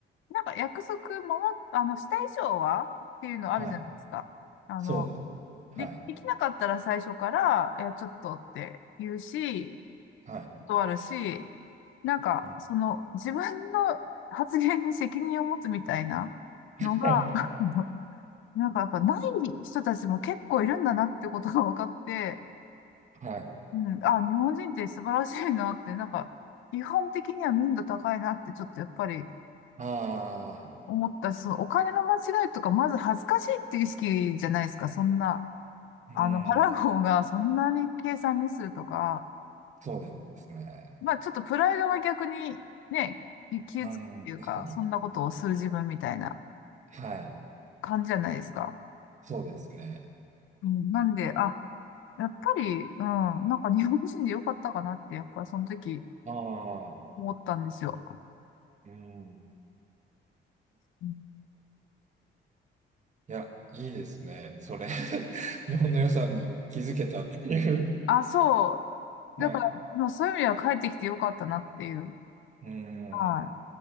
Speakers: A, on the left; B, on the right.
A: う、なんか約束守っ、あの、した以上はっていうのあるじゃないですか。
B: はい。
A: あの、
B: そうです。はい、
A: で、できなかったら最初から、いや、ちょっとって言うし、
B: はい。
A: 断るし、なんか、
B: うん
A: その、自分の発言に責任を持つみたいなのが、
B: はい。
A: <laughs> あのなんかやっぱない人たちも結構いるんだなってことが分かって、
B: はい。
A: うん、あ、日本人って素晴らしいなって、なんか、基本的には民度高いなって、ちょっとやっぱり
B: ああ、
A: 思ったし、そのお金の間違いとか、まず恥ずかしいっていう意識じゃないですか、そんな。
B: うーん、
A: あの、払う方がそんなに計算ミスるとか、
B: そうですね。
A: まあちょっとプライドが逆にね、き消えつくっていうか、
B: うん、確かに。
A: そんなことをする自分みたいな
B: はい、
A: 感じじゃないですか。
B: そうですね。
A: うん、なんで、あ、やっぱり、うん、なんか日本人でよかったかなって、やっぱその時
B: ああ、
A: 思ったんですよ。
B: うん。
A: うん
B: いや、いいですね。それ <laughs> 日本の良さに気づけたっていう。
A: あ、そう。
B: はい。
A: だから、もうそういう意味では帰ってきてよかったなっていう。
B: うん。
A: はい。